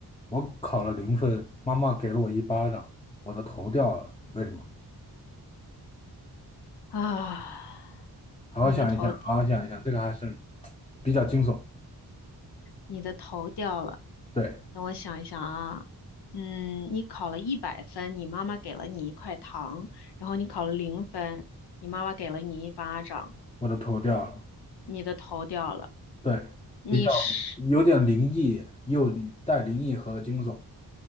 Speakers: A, on the left; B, on the left.
A: 我考了零分，妈妈给了我一巴掌，我的头掉了。为什么？
B: 啊，
A: 好好想一想，
B: 你的头，
A: 好好想一想，这个还是比较惊悚。
B: 你的头掉了。
A: 对，
B: 等我想一想啊。嗯，你考了一百分，你妈妈给了你一块糖，然后你考了零分，你妈妈给了你一巴掌，
A: 我的头掉了，
B: 你的头掉了。
A: 对，
B: 你是
A: 比较有点灵异，又里带灵异和惊悚。